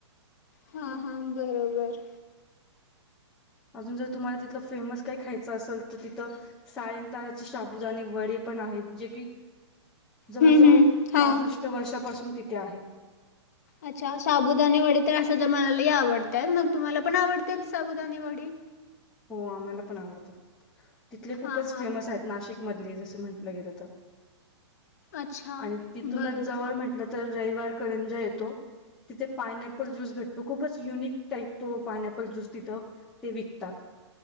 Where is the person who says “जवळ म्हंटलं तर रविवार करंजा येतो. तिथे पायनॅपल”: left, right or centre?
Centre